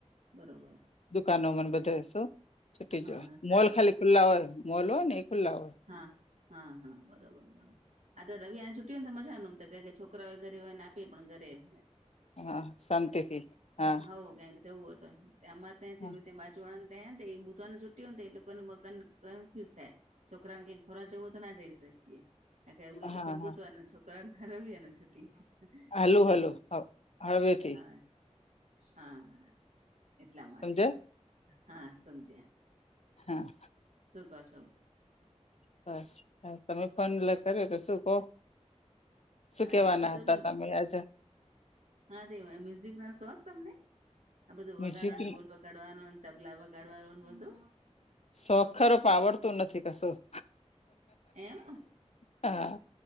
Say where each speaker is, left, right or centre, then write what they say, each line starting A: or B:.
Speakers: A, on the right; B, on the left.
A: બરોબર
B: દુકાનો મને બધા શું છૂટી
A: હા
B: જ હોય
A: સારું
B: મોલ ખાલી ખુલ્લા હોય- મોલો હોય ને એ ખુલ્લા હોય.
A: હા હા હા બરોબર બરોબર આ રવિ- -એ તો મજાનું એમ છોકરાઓય ઘરે હોય ને આપી પણ ઘરે-
B: હા શાંતિથી હા
A: હોવ ક જવું હો તો- અમારે ત્યાં જે્યા
B: હા
A: બાજુળાને ત્યાં ને એ બુધવાર ને છુટી હો ને તો એ લોકોને કન્ફ્યુઝ થાય- છોકરા ને કઈક ફરવા જવું હોય તો ના જઈ શકીએ લોકો
B: હા
A: ને બુધવારને છોકરા- હ રવિવાર ના છુટી-
B: હલ્લો
A: એટલા
B: હલ્લો
A: માટે
B: હા આવે છે.
A: હા હા એટલા માટે
B: સમજાય
A: હા સમજ્યા-
B: હા. <unintelligible>
A: શું કરો છો?
B: બસ હા તમે ફોન કર્યો તો શું કો? શું
A: હા
B: કેવાના
A: તો એમ કે તમને
B: હતા તમે આજ-
A: હા તે મ્યુઝિક ના શોખ તમને આ બધું
B: મ્યુઝિક
A: વગાડો ઢોલ- વગાડવાનો તબલા વગાડવાનો બધો-
B: શોખ ખરો પણ આવડતું નથી કશું-
A: એમ
B: હા